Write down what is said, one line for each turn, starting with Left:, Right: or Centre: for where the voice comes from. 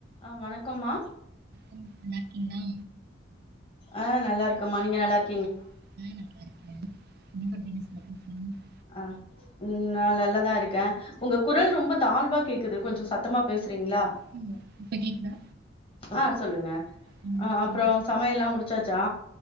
Left: ஆஹ் வணக்கம்மா
Right: நல்லாருக்கீங்களா
Left: ஆஹ் நல்ல இருக்குமா நீங்க நல்லா இரு
Right: உம் என்ன ச <inaudible>
Left: அஹ் உம் நான் நல்லதா இருக்கே உங்க குரல் ரொம்ப தாழ்வா கேக்குது கொஞ்ச சத்தமா பேச ரிங்களா
Right: ம். இப்ப கேக்குதா?
Left: ஆஹ் சொல்லுங்க
Right: ம்
Left: ஆஹ்
Right: சொல்லுங்க.
Left: அப்பறம் சமையல் எல்லாம் முடிச்சாச்சா